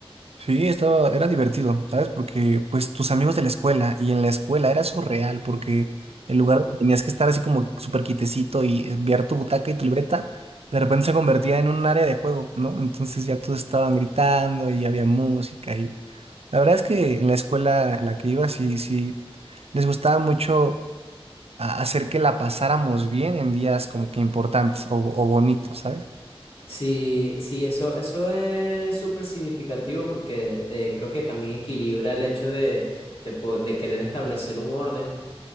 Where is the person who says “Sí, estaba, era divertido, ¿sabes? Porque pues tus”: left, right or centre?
Right